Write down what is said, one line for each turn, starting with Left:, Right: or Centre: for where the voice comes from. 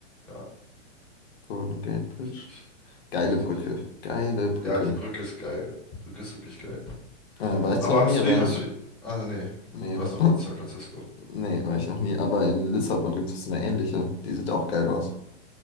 Centre: Ja,
Left: Golden Gate Bridge.
Centre: richtig.
Left: Geile
Centre: Richtig.
Left: Brücke, geile Brücke.
Centre: Ja, die Brücke ist geil. Brücke ist wirklich geil.
Left: Äh, war ich zwar
Centre: Aber
Left: noch
Centre: hast
Left: nie, aber
Centre: du die,
Left: in...
Centre: hast du die? Also nee,
Left: Nee,
Centre: du warst noch
Left: <laughs>
Centre: nicht in San Francisco.
Left: nee, war ich noch nie, aber in Lissabon gibt es so eine ähnliche. Die sieht auch geil aus.